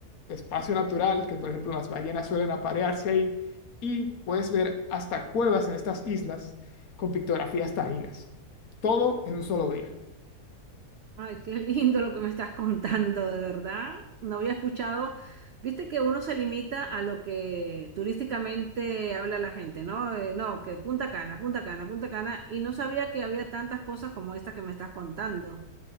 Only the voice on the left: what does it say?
espacio natural que, por ejemplo, las ballenas suelen aparearse ahí y puedes ver hasta cuevas en estas islas con pictografías taínas. Todo en un solo día.